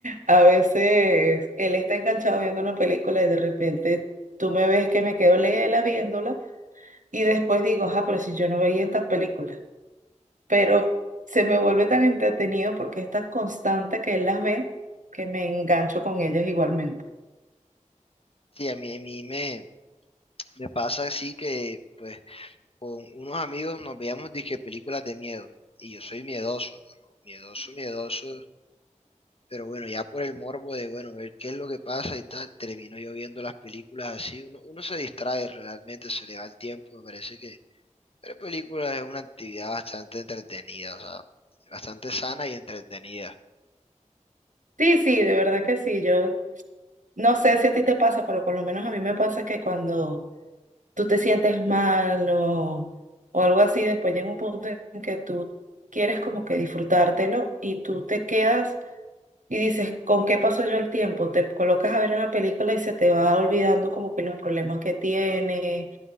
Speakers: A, on the right; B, on the left.
A: A veces él está enganchado viendo una película y de repente tú me ves que me quedo lela viéndola y después digo, ah, pero si yo no veía estas películas. Pero se me vuelve tan entretenido porque es tan constante que él las ve que me engancho con ellas igualmente.
B: Sí, a mí, a mí me, me pasa así que, pues, con unos amigos nos veíamos disque películas de miedo. Y yo soy miedoso, pero miedoso, miedoso. Pero bueno, ya por el morbo de, bueno, ver qué es lo que pasa y tal, termino yo viendo las películas así, uno, uno se distrae realmente, se le va el tiempo, me parece que ver películas es una actividad bastante entretenida, o sea, bastante sana y entretenida.
A: Sí, sí, de verdad que sí. Yo no sé si a ti te pasa, pero por lo menos a mí me pasa que cuando tú te sientes mal o, o algo así, después llega un punto en que tú quieres como que disfrutártelo y tú te quedas y dices, ¿con qué pasó yo el tiempo? Te colocas a ver una película y se te va olvidando como que los problemas que tiene